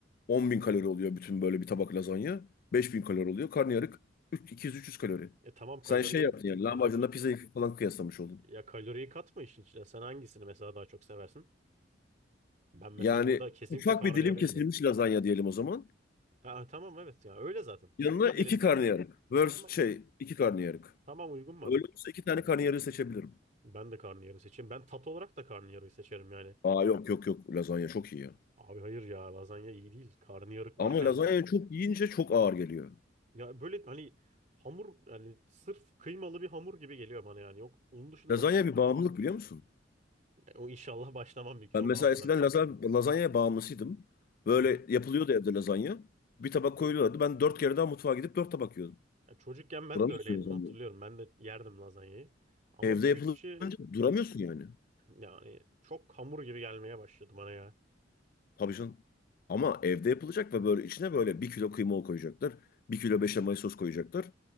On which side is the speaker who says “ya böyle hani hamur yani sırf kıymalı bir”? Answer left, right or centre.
Right